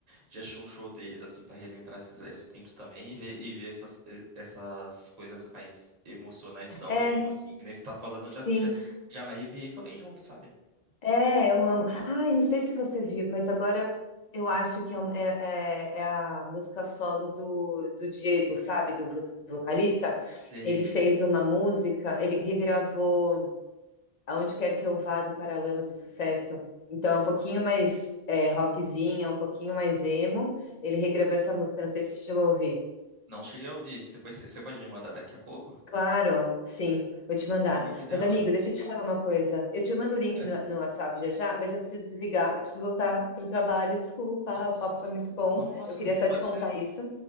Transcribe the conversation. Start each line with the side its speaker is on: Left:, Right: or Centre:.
Right: de achar um show deles, assim, pra relembrar esses velhos tempos também e ver, e ver essas, e- essas coisas mais emocionantes ao
Left: É,
Right: vivo, assim. Que nem você tá falando,
Left: sim.
Right: eu já, já, já me arrepiei também junto, sabe?
Left: É, eu amo. Ah, eu não sei se você viu, mas agora eu acho que é, um- é- é- é a música solo do, do Diego, sabe? Do, vo- do vocalista.
Right: Sei,
Left: Ele fez
Right: sei.
Left: uma música, ele regravou. Aonde Quer Que Eu Vá, do Paralamas do Sucesso. Então é um pouquinho mais é, rockzinha, um pouquinho mais emo. Ele regravou essa música, não sei se você chegou a ouvir.
Right: Não cheguei a ouvir. Você, pode- você pode me mandar daqui a pouco?
Left: Claro, sim, vou te
Right: Manda
Left: mandar.
Right: o link dela.
Left: Mas, amigo, deixa eu te falar uma coisa. Eu te mando o
Right: O
Left: link
Right: quê?
Left: no, no WhatsApp já já, mas eu preciso desligar, eu preciso voltar para o trabalho. Desculpa,
Right: Nossa,
Left: o papo
Right: essa-
Left: foi muito
Right: tá,
Left: bom.
Right: nossa,
Left: Eu queria só
Right: pode
Left: te contar
Right: ser.
Left: isso.